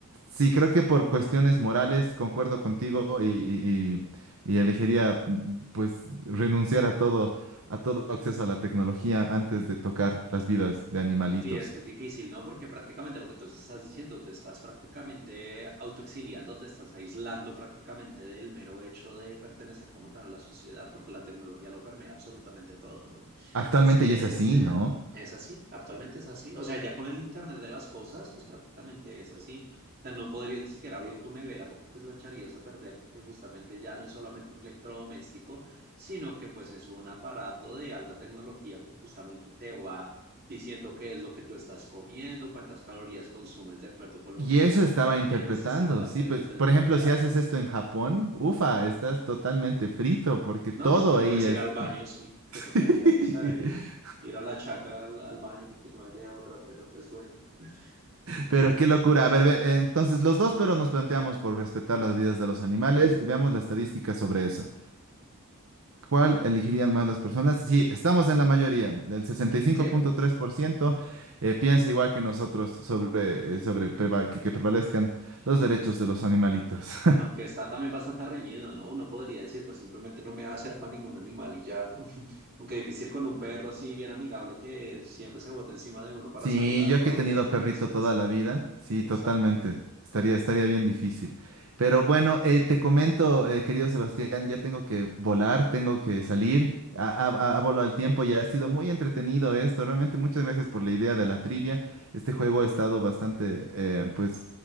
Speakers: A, on the right; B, on the right.
A: sí, creo que por cuestiones morales concuerdo contigo y, y- y- y elegiría, mm, pues, renunciar a todo a todo acceso a la tecnología antes de tocar las vidas de animalitos.
B: Sí, es que es difícil, ¿no? Porque prácticamente lo que tú estás diciendo, te estás prácticamente autoexiliando, te estás aislando prácticamente del mero hecho de pertenecer como tal a la sociedad, porque la tecnología lo permea absolutamente todo, ¿no?
A: Actualmente
B: Es que
A: ya es así,
B: es, eh,
A: ¿no?
B: es así, actualmente es así. O sea, ya con el Internet de las cosas, pues prácticamente es así. O sea, no podrías ni siquiera abrir tu nevera porque pues la echarías a perder, porque justamente ya no es solamente un electrodoméstico, sino que pues es un aparato de alta tecnología que justamente te va diciendo qué es lo que tú estás comiendo, cuántas calorías consumes de acuerdo con lo
A: Y
B: que
A: eso estaba interpretando,
B: metes y sacas
A: sí,
B: del,
A: pues,
B: del
A: por
B: refrigerador.
A: ejemplo, si haces esto en Japón, ufa, estás totalmente frito porque
B: No,
A: todo
B: ni siquiera
A: ellas.
B: puedes ir al baño, sí, te
A: <laughs>
B: tocaría pues ahí ir a la chacra al, al baño porque no hay de otra, pero pues bueno. <laughs> Mm.
A: Pero qué locura. A ver, ve- entonces los dos, pero nos planteamos por respetar las vidas de los animales y veamos la estadística sobre esa. ¿Cuál elegirían más las personas? Sí, estamos en la mayoría. El 65.3%
B: Sí,
A: eh, piensa igual que nosotros sobre, eh, sobre preva- que, que prevalezcan los derechos de los animalitos.
B: aunque está también bastante reñido, ¿no? Uno podría decir, pues simplemente no me va a hacer para ningún animal y ya, ¿no? <laughs> Aunque difícil con un perro así bien amigable que siempre se bota encima de uno para
A: Sí,
B: saludarlo
A: yo que
B: a
A: he tenido
B: uno
A: perrito
B: y eso
A: toda
B: es.
A: la vida, sí,
B: Exacto.
A: totalmente. Estaría, estaría bien difícil. Pero bueno, eh, te comento, eh, querido Sebastián, ya tengo que volar, tengo que salir. A, a, a- a volo al tiempo, ya ha sido muy entretenido esto. Realmente muchas gracias por la idea de la trivia. Este juego ha estado bastante, eh, pues,